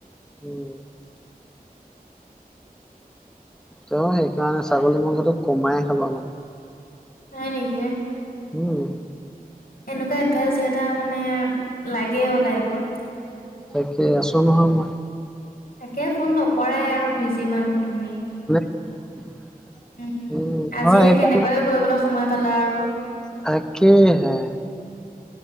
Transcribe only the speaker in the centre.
উম। ত সেইকাৰণে ছাগলী মাংসটো কমাই খাবা <unintelligible>
উম
তাকে আছো নহয় মই
উ
হয় সেইকাৰ
তাকে হে।